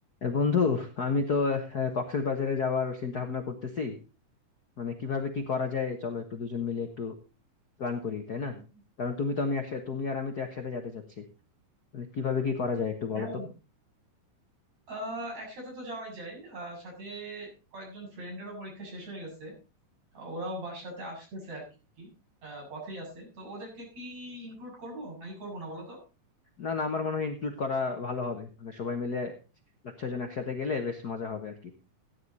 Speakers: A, on the left (about 80°); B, on the right (about 55°).
A: এ বন্ধু আমি তো আহ, কক্সবাজারে যাওয়ার চিন্তা ভাবনা করতেছি মানে কিভাবে কি করা যায় চলো একটু দুজন মিলে একটু প্ল্যান করি তাই না
B: উম,
A: কারণ তুমি তো আমি একসাথে তুমি আর আমি তো একসাথে যেতে চাচ্ছি মানে কিভাবে কি করা যায় একটু
B: হ্যাঁ
A: বলো
B: বন্ধু।
A: তো
B: আহ একসাথে তো যাওয়াই যায় আহ সাথে কয়েকজন ফ্রেন্ডেরও পরীক্ষা শেষ হয়ে গেছে আহ, ওরাও বাসাতে আসতেছে আর কি আহ, পথেই আছে তো ওদেরকে কি ইনক্লুড করব নাকি করব না বলো তো
A: না না আমার মনে হয় ইনক্লুড করা ভালো হবে মানে সবাই মিলে পাঁচ ছজন একসাথে গেলে বেশ মজা হবে আর কি